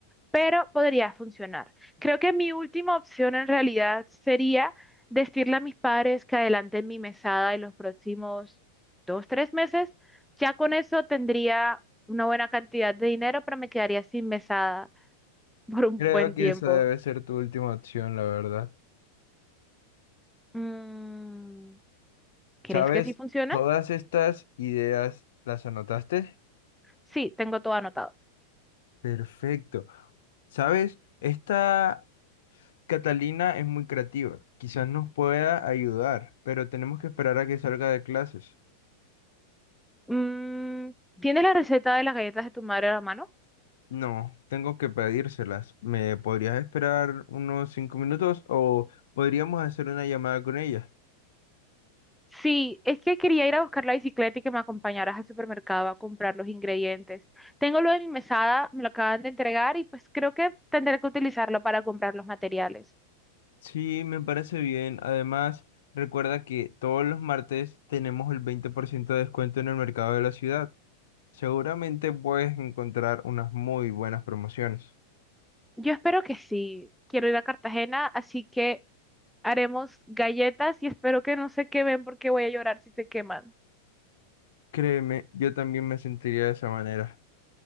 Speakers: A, in the centre; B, on the left.
A: pero podría funcionar. Creo que mi última opción en realidad sería decirle a mis padres que adelanten mi mesada en los próximos dos, tres meses. Ya con eso tendría una buena cantidad de dinero, pero me quedaría sin mesada <laughs> por un
B: Creo
A: buen
B: que
A: tiempo.
B: esa debe ser tu última opción, la verdad.
A: Mm, ¿crees
B: ¿Sabes?
A: que sí funciona?
B: Todas estas ideas las anotaste.
A: Sí, tengo todo anotado.
B: Perfecto. ¿Sabes? Esta Catalina es muy creativa. Quizás nos pueda ayudar, pero tenemos que esperar a que salga de clases.
A: Mm, ¿tienes la receta de las galletas de tu madre a la mano?
B: No, tengo que pedírselas. ¿Me podrías esperar unos cinco minutos o podríamos hacer una llamada con ella?
A: Sí, es que quería ir a buscar la bicicleta y que me acompañaras al supermercado a comprar los ingredientes. Tengo lo de mi mesada, me lo acaban de entregar y pues creo que tendré que utilizarlo para comprar los materiales.
B: Sí, me parece bien. Además, recuerda que todos los martes tenemos el 20% de descuento en el mercado de la ciudad. Seguramente puedes encontrar unas muy buenas promociones.
A: Yo espero que sí. Quiero ir a Cartagena, así que haremos galletas y espero que no se quemen porque voy a llorar si se queman.
B: Créeme, yo también me sentiría de esa manera.